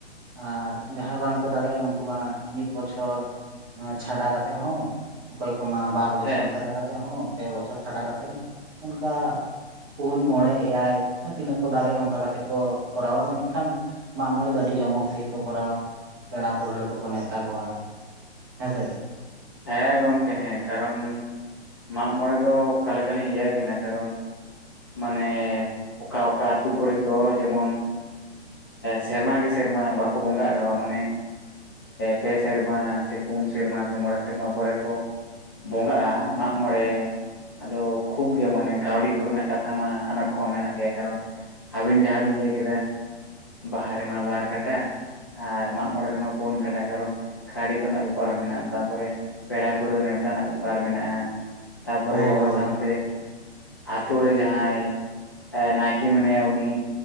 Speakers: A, on the right; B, on the left.
A: ᱟᱨ ᱡᱟᱦᱟᱸᱭ ᱵᱟᱝ ᱠᱚ ᱫᱟᱲᱮᱭᱟᱜᱼᱟ ᱩᱱᱠᱩ ᱢᱟ ᱢᱤᱫ ᱵᱚᱪᱷᱚᱨ ᱪᱷᱟᱰᱟ ᱠᱟᱛᱮᱫ ᱦᱚᱸ ᱾ ᱚᱠᱚᱭ ᱠᱚᱢᱟ ᱵᱟᱨ ᱵᱚᱪᱷᱚᱨ
B: ᱦᱮᱸ
A: ᱪᱷᱟᱰᱟ ᱠᱟᱛᱮᱫ ᱦᱚᱸ ᱯᱮ ᱵᱚᱪᱷᱚᱨ ᱪᱷᱟᱰᱟ ᱠᱟᱛᱮᱫ ᱦᱚᱸ ᱚᱱᱠᱟ ᱯᱩᱱ, ᱢᱚᱬᱮ, ᱮᱭᱟᱭ, ᱟᱨ ᱛᱤᱱᱟᱹᱜ ᱠᱚ ᱫᱟᱲᱮᱭᱟᱜᱼᱟ ᱚᱱᱠᱟ ᱠᱟᱛᱮᱫ ᱠᱚ ᱠᱚᱨᱟᱣᱟ ᱢᱮᱱᱠᱷᱟᱱ ᱢᱟᱸᱜ ᱢᱚᱬᱮ ᱫᱚ ᱟᱹᱰᱤ ᱡᱚᱢᱚᱠ ᱥᱟᱦᱤᱡ ᱠᱚ ᱠᱚᱨᱟᱣᱟ ᱯᱮᱲᱟ ᱯᱟᱹᱲᱦᱟᱹ ᱠᱚᱠᱚ ᱱᱮᱣᱛᱟ ᱠᱚᱣᱟ ᱦᱮᱸᱥᱮ ᱾
B: ᱦᱮᱸ ᱜᱚᱝᱠᱮ ᱦᱮᱸ ᱠᱟᱨᱚᱱ ᱢᱟᱜ ᱢᱚᱬᱮ ᱫᱚ ᱚᱠᱟ ᱞᱮᱠᱟᱞᱤᱧ ᱞᱟᱹᱭ ᱟᱵᱤᱱᱟ ᱠᱟᱨᱚᱱ ᱢᱟᱱᱮ ᱚᱠᱟ ᱚᱠᱟ ᱟᱹᱛᱩ ᱠᱚᱨᱮ ᱫᱚ ᱡᱮᱢᱚᱱ ᱥᱮᱨᱢᱟ ᱜᱮ ᱥᱮᱨᱢᱟ ᱵᱟᱠᱚ ᱵᱚᱸᱜᱟᱜ ᱨᱮᱦᱚᱸ ᱢᱟᱱᱮ ᱯᱮ ᱥᱮᱨᱢᱟ ᱥᱮ ᱯᱩᱱ ᱥᱮᱨᱢᱟ, ᱥᱮ ᱢᱚᱬᱮ ᱥᱮᱨᱢᱟ ᱯᱚᱨᱮ ᱠᱚ ᱵᱚᱸᱜᱟᱜᱼᱟ ᱢᱟᱜ ᱢᱬᱮ ᱾ ᱟᱫᱚ ᱠᱷᱩᱵ ᱜᱮ ᱢᱟᱱᱮ ᱠᱟᱹᱣᱰᱤ ᱠᱚᱨᱮᱱᱟᱜ ᱠᱟᱛᱷᱟ ᱢᱟ ᱟᱱᱟᱴ ᱠᱚᱢᱟ ᱢᱮᱱᱟᱜ ᱜᱮᱭᱟ ᱠᱟᱨᱚᱱ ᱟᱹᱵᱤᱱ ᱡᱟᱦᱟᱸ ᱵᱤᱱ ᱞᱟᱹᱭ ᱠᱮᱫᱟ᱾ ᱵᱟᱦᱟ ᱨᱮᱢᱟ ᱵᱟᱨ ᱠᱟᱴᱟ ᱟᱨ ᱢᱟᱜ ᱢᱚᱬᱮ ᱨᱮᱢᱟ ᱯᱩᱱ ᱠᱟᱴᱟ ᱠᱟᱨᱚᱱ ᱠᱟᱣᱰᱤ ᱠᱚ ᱨᱮᱱᱟᱜ ᱵᱮᱯᱟᱨ ᱢᱮᱱᱟᱜᱼᱟ᱾ ᱛᱟᱨᱯᱚᱨᱮ ᱯᱮᱲᱟ ᱯᱟᱹᱲᱦᱟᱹ ᱱᱮᱣᱛᱟ ᱨᱮᱱᱟᱜ ᱵᱮᱯᱟᱨ ᱢᱮᱱᱟᱜᱼᱟ᱾ ᱛᱟᱨᱯᱚᱨᱮ
A: ᱦᱳᱭ
B: ᱚᱱᱟ ᱥᱟᱶᱛᱮ ᱟᱛᱳ ᱨᱮ ᱡᱟᱦᱟᱸᱭ ᱱᱟᱭᱠᱮ ᱢᱮᱱᱟᱭᱟ ᱩᱱᱤ